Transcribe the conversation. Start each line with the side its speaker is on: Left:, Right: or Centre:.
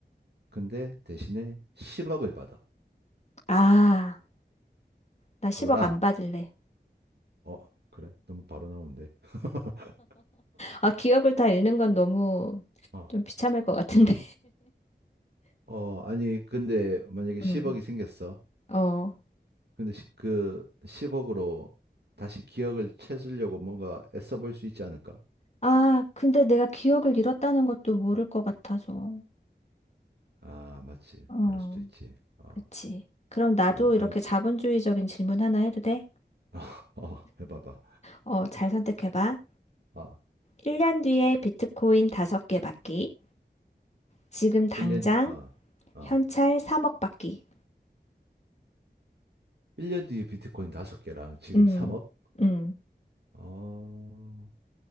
Right: 근데 대신에 10억을 받아.
Left: 아, 나
Right: 그거랑
Left: 10억 안 받을래.
Right: 어, 그래? 너무 바로 나오는데. <laughs>
Left: 아, 기억을 다 잃는 건 너무
Right: 어,
Left: 좀 비참할 것 같은데.
Right: 어, 아니 근데 만약에
Left: <laughs>
Right: 10억이
Left: 응.
Right: 생겼어.
Left: 어.
Right: 근데 시- 그 10억으로 다시 기억을 찾으려고 뭔가 애써 볼 수 있지 않을까?
Left: 아, 근데 내가 기억을 잃었다는 것도 모를 것 같아서.
Right: 아, 맞지.
Left: 어.
Right: 그럴 수도 있지. 어,
Left: 그치. 그럼 나도
Right: 아,
Left: 이렇게
Right: 그럼,
Left: 자본주의적인 질문 하나 해도 돼?
Right: <laughs> 어, 해봐봐.
Left: 어, 잘 선택해봐.
Right: 어,
Left: 1년 뒤에 비트코인 5개 받기. 지금 당장
Right: 1년, 뒤- 어, 어,
Left: 현찰 3억 받기.
Right: 일 년 뒤에 비트코인 5개랑 지금
Left: 음,
Right: 3억?
Left: 음,
Right: 어,